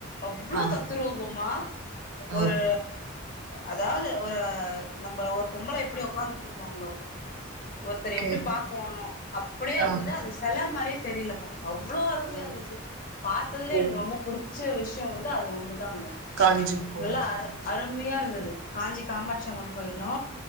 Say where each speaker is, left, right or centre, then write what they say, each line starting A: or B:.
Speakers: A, on the left; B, on the right.
A: அவ்ளோ
B: ஆ
A: தத்துரூபமா
B: ஆ
A: ஒரு அதாவுது ஒரு நம்பள ஒரு பொம்பள எப்டி உக்காந்துட்டு இருப்பாங்களோ ஒருத்தர
B: ஓகே
A: எப்டி பாக்கோணு அப்டியே இருந்தது
B: ஆ
A: அது செல மாரியே தெரிலப்பா அவ்ளோ அருமையா
B: ஓ
A: இருந்துச்சு பாத்ததுலே எனக்கு
B: ஓ
A: ரொம்ப புடிச்ச விஷ்யோ வந்து அது ஒண்ணுதாங்க
B: காஞ்சி கோவில்
A: நல்லா அரு
B: ஆ
A: அருமையா இருந்தது காஞ்சி காமாட்சியம்மன்
B: ஓகே
A: கோவிலு